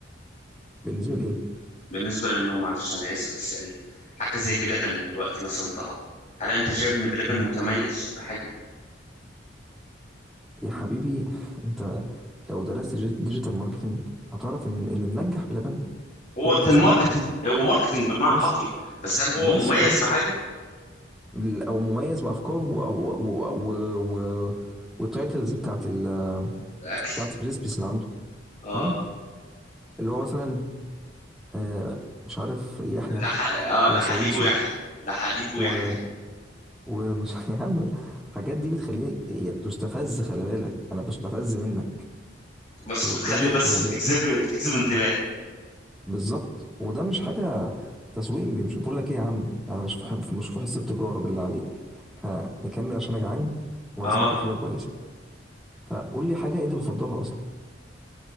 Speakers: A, in the centre; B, on the left.
A: بالنسبه لايه
B: بالنسبة لأنه معلش أنا آسف بس يعني حاجة زي بلبن دلوقتي مثلا طلع هل أنت شايف إن بلبن
A: مم.
B: متميز بحاجة؟
A: يا حبيبي <laughs> انت لو درست جي- ديجيتال ماركتنج هتعرف ان اللي منجح بلبن
B: هو
A: هو
B: ده
A: التسويق
B: الماركتينج هو ماركتينج بالمعنى
A: بس
B: الحرفي بس هل هو
A: بس
B: مميز
A: خلاص
B: بحاجة؟
A: ال- او مميز بافكاره و و و و, و والتايتلز بتاعت ال
B: أكل
A: بتاعت الريسبيس اللي عنده
B: آه
A: اه اللي هو مثلا آه مش عارف يحيح
B: لح... آه لحليب
A: وصويسه
B: ويحيى لحليب ويحيى
A: و ومش <laughs> يا عم الحاجات دي بتخليني هي بتستفز خلي بالك انا بستفز منك
B: بس
A: فبالتالي
B: بتخلي بس
A: هو
B: بتجذب
A: بي...
B: بتجذب انتباه
A: بالظبط وده مش حاجه تسويق مش بقول لك ايه يا عم انا مش في حب مش في حصه التجاره بالله عليك احنا نكمل عشان انا جعان وعايزين
B: آه
A: ناكل حاجه كويسه فقول لي حاجه انت بتفضلها اصلا